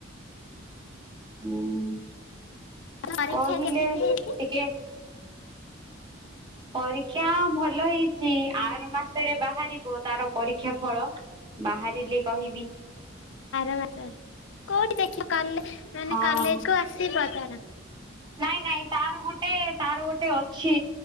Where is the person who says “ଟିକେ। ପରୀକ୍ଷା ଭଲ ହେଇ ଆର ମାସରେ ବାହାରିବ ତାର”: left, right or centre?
Right